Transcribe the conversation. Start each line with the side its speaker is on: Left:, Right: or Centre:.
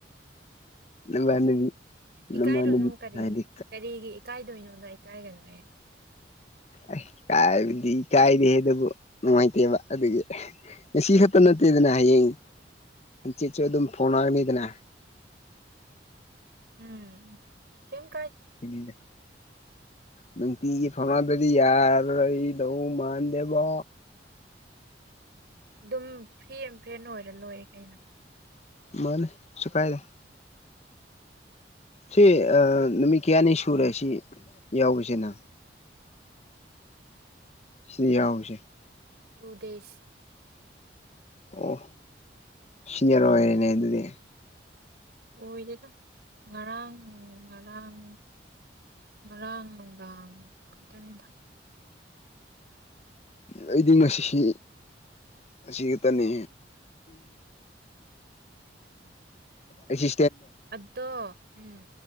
Left: ꯅꯃꯥꯟꯅꯕꯤ
Right: ꯏꯀꯥꯏꯔꯨꯅꯨ
Left: ꯅꯃꯥꯟꯅꯕꯤ
Right: ꯀꯔꯤ
Left: ꯍꯥꯏꯗꯤ
Right: ꯀꯔꯤꯒꯤ ꯏꯀꯥꯏꯗꯣꯏꯅꯣ ꯑꯗ ꯑꯩ ꯀꯥꯏꯒꯅꯨ
Left: ꯑꯩ ꯀꯥꯏꯕꯗꯤ ꯀꯥꯏꯗꯦꯦ ꯑꯗꯨꯕꯨ ꯅꯨꯡꯉꯥꯏꯇꯦꯕ ꯑꯗꯨꯒꯤ ꯉꯁꯤ ꯈꯛꯇ ꯅꯠꯇꯦꯗꯅ ꯍꯌꯦꯡ ꯍꯪꯆꯤꯠꯁꯨ ꯑꯗꯨꯝ ꯐꯣꯟ ꯑꯣꯏꯔꯝꯅꯤꯗꯅ
Right: ꯎꯝ ꯀꯝ
Left: ꯍ ꯅꯇ ꯐꯉꯗꯔꯤ ꯌꯥꯔ ꯑꯩ ꯅꯧ ꯃꯥꯗꯦꯕ
Right: ꯑꯗꯨꯝ ꯐꯤ ꯑꯦꯝꯐ꯭ꯔꯦꯟ ꯑꯣꯏꯔ ꯂꯣꯏꯔꯦ ꯀꯩꯅꯣ
Left: ꯃꯥꯣꯏꯅꯤ ꯆꯀꯥꯏꯗ ꯁꯤ ꯑ ꯅꯨꯃꯤ ꯀꯌꯥꯅꯤ ꯁꯨꯔꯨꯔꯦ ꯁꯤ ꯌꯥꯎꯁꯦꯅ ꯁꯤꯍꯥꯎꯁꯦ
Right: ꯇꯨꯗꯦꯁ
Left: ꯑꯣ ꯁꯤꯔ ꯑꯣꯏꯔꯅꯦ ꯑꯗꯨꯗꯤ
Right: ꯑꯣꯏꯗꯦꯗ ꯉꯔꯥꯡ ꯉꯔꯥꯡ ꯉꯔꯥꯡ ꯅꯨꯡꯗꯥꯡ ꯈꯛꯇꯅꯤꯗ
Left: ꯑꯩꯗꯤ ꯉꯁꯤ ꯑꯁꯤ ꯈꯛꯇꯅꯤ ꯑꯦ ꯁꯤ
Right: ꯑꯗꯨꯗꯣ ꯎꯝ